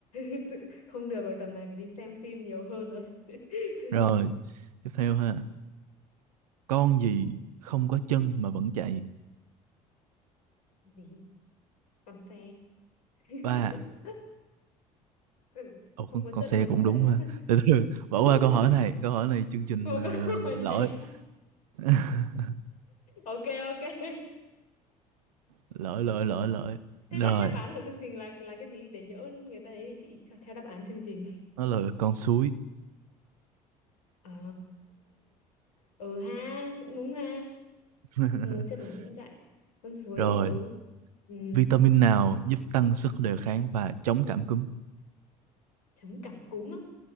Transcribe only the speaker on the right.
Rồi, tiếp theo ha. Con gì không có chân mà vẫn chạy?
Ba.
Ồ,
con,
con xe
cũng
đúng
ha. <laughs> Từ từ, bỏ
qua câu hỏi này. Câu hỏi này chương trình
ờ,
lỗi.
<laughs>
Lỗi, lỗi, lỗi, lỗi.
Rồi,
nó là con suối.
<laughs>
Rồi,
Vitamin nào giúp tăng sức đề kháng và chống cảm cúm?